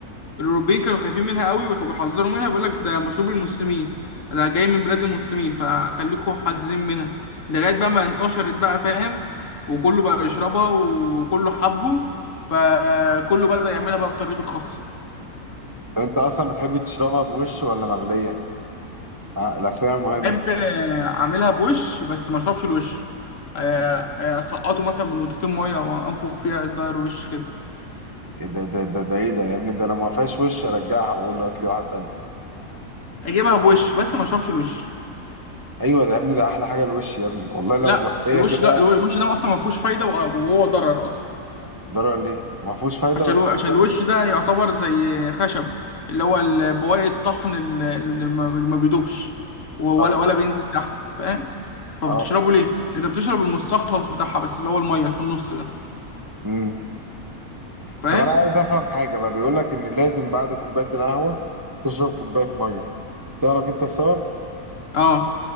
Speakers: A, on the left; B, on the right.
A: الاوروبيين كانوا خايفين منها قوي وكانوا بيحذروا منها بيقول لك ده مشروب المسلمين ده جاي من بلاد المسلمين فخليكوا حذرين منها لغايه بقى ما انتشرت بقى فاهم وكله بقى يشربها وكله حبه فكله بدأ يعملها بقى بطريقته الخاصه
B: طب انت اصلا بتحب تشربها بوش ولا مغليه آه، الاسئله المهمه
A: بحب آه، اعملها بوش بس ما اشربش الوش آه، آه، اسقطه مثلا بنقطتين ميه وانفخ فيها يتغير وش كده
B: إيه ده ده ده ده ايه ده يا ابني ده لو ما فيهاش وش ارجعها واقول له هات لي واحده تانية
A: اجيبها بوش بس ما اشربش الوش
B: ايوه ده يا ابني ده احلى حاجه الوش يا ابني والله لو
A: لا
B: مغليه
A: الوش
B: كده
A: ده الوش ده اصلا ما فيهوش فايده وهو ضرر اصلا
B: ضرر ليه ما فيهوش فايده
A: عشان
B: بس
A: الو...
B: مش
A: عشان
B: ضرر
A: الوش ده يعتبر زي خشب اللي هو ال- بواقي الطحن ال- اللي ما اللي ما بيدوبش و- ولا
B: اه
A: ولا بينزل تحت فاهم فبتشربه
B: اه
A: ليه انت بتشرب المستخلص بتاعها بس اللي هو الميه اللي في النص ده
B: امم
A: فاهم
B: طب انا عايز افهم حاجه بقى بيقول لك ان لازم بعد كوبايه القهوه تشرب كوبايه ميه تعرف انت السبب
A: اه